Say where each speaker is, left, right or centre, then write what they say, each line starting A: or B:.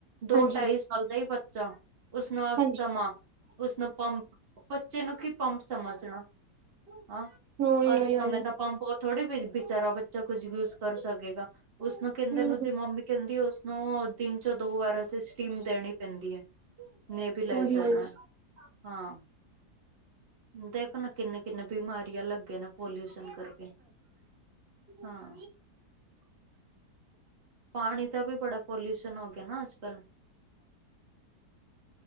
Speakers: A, on the right; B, on the right.
A: ਦੋ
B: ਹਾਂਜੀ
A: ਢਾਈ ਸਾਲ ਦਾ ਹੀ ਬੱਚਾ ਉਸਨੂੰ ਅਸਥਮਾ
B: ਹਾਂਜੀ
A: ਉਸਨੂੰ ਪੰਪ ਬੱਚੇ ਨੂੰ ਕੀ ਪੰਪ ਸਮਝਣਾ ਹਾਂ
B: ਉਹੀ
A: ਅ ਸਮੇਂ
B: ਉਹੀ ਉਹੀ
A: ਤਾਂ ਪੰਪ ਬਹੁਤ ਥੋੜ੍ਹੀ ਵੀ ਵਿਚਾਰਾ ਬੱਚਾ ਕੁੱਝ ਯੂਜ ਕਰ ਸਕੇਗਾ। ਉਸਨੂੰ ਕਹਿੰਦੇ ਨੂੰ
B: ਹਮ
A: ਦੀ ਮੰਮੀ ਕਹਿੰਦੀ ਉਸਨੂੰ ਦਿਨ ਚੋ ਦੋ ਵਾਰ ਅਸੀ ਸਟੀਮ ਦੇਣੀ ਪੈਂਦੀ ਹੈ। ਨਵੀਲਾਈਜ਼ਰ
B: ਉਹੀ ਉਹੀ
A: ਨਾਲ ਹਾਂ। ਦੇਖੋ ਨਾ ਕਿੰਨੇ ਕਿੰਨੇ ਬਿਮਾਰੀਆਂ ਲੱਗੇ ਨੇ ਪੋਲਿਊਸ਼ਨ ਕਰਕੇ। ਹਾਂ। ਪਾਣੀ ਦਾ ਵੀ ਬੜਾ ਪੋਲਿਊਸ਼ਨ ਹੋ ਗਿਆ ਨਾ ਅੱਜ ਕੱਲ੍ਹ।